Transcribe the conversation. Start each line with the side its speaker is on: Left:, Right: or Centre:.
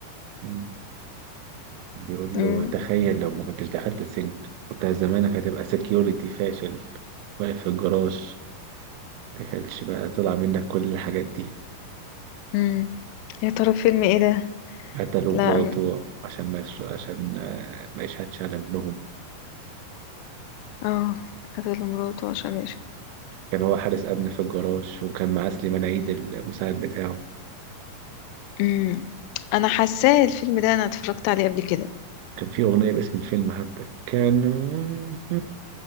Right: مم. بيقول
Left: مم.
Right: له تخيل لو ما كنتش دخلت السجن كنت زمانك هتبقى سكيورتي فاشل واقف في الجراج ما كانش بقى طلع منك كل الحاجات دي
Left: مم. يا ترى فيلم ايه ده
Right: قتلوا
Left: لا
Right: مراته
Left: م-
Right: عشان ما يش- عشان آه، ما يشهدش على ابنهم
Left: اه قتل مراته عشان ماشي
Right: كان هو حارس أمن في الجراج وكان معاه سليمان عيد المساعد بتاعه
Left: مم. انا حاساه الفيلم ده انا اتفرجت عليه قبل كده
Right: كان في أغنية باسم الفيلم حتى كان <laughs>